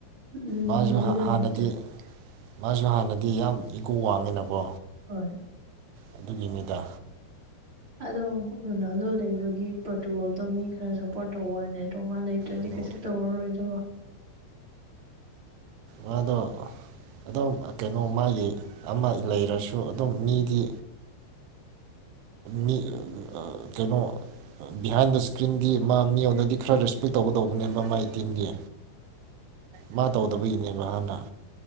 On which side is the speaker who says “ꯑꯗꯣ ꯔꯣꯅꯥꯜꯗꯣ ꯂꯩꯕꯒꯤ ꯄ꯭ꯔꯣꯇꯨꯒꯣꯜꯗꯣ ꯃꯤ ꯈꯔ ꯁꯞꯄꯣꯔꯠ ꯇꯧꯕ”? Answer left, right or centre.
Right